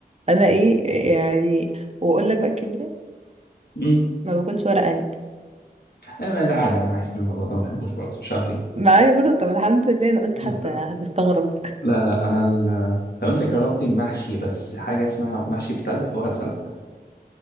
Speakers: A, on the right (about 40°); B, on the left (about 85°).
A: انا ايه يعني واقول لك بقى كبيرة
B: مم.
A: ما باكلش ورق عنب
B: انا ما لا عادي انا معاك في الموضوع ده ما بحبوش برضه مش عارف ليه
A: معايا برضه طب الحمد لله انا قلت
B: بس
A: حتى هتستغرب
B: لا لا انا ال... طب انت جربتي محشي بس حاجه اسمها محشي بسلق ورق سلق